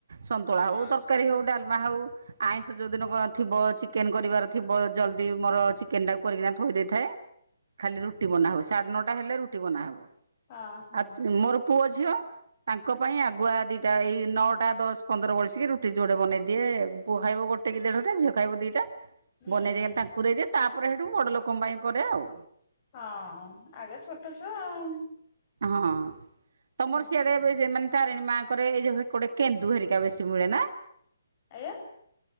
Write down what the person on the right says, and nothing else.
ସନ୍ତୁଳା
ହୋଉ, ତର୍କାରୀ ହୋଉ, ଡାଲ୍ମା ହୋଉ ଆଇଁଷ ଯୋଉଦିନ କ ଥିବ ଚିକେନ୍ କରିବାର ଥିବ ଜଲ୍ଦି ମୋର ଚିକେନ୍ଟାକୁ କରିକିନା ଥୋଇ ଦେଇଥାଏ। ଖାଲି ରୁଟି ବନା ହୁଏ, ସାଢେ ନଅଟା ହେଲେ ରୁଟି ବନାହବ,
ଆଉ ମୋର ପୁଅ ଝିଅ ତାଙ୍କ ପାଇଁ ଆଗୁଆ ଦିଟା ଏଇ ନଅଟା ଦଶ ପନ୍ଦର ବଳସିକି ରୁଟି ଯୋଡେ ବନେଇ ଦିଏ-ଏ। ପୁଆ ଖାଇବ ଗୋଟେ କି ଦେଢଟା ଝିଅ ଖାଇବ ଦିଟା।
ବନେଇ ଦେଇକା ତାଙ୍କୁ ଦେଇଦିଏ, ତାପରେ ହେଟୁ ବଡ ଲୋକଙ୍କ ପାଇଁ କରେ ଆଉ।
ହଁ ତମର
ସିଆଡେ ଏବେ ଯେ ମା ତାରିଣୀ ମାଆଙ୍କରେ ଏ ଯୋଉ ହେପଟେ କେନ୍ଦୁ ହେରିକା ବେଶୀ ମିଳେ ନା?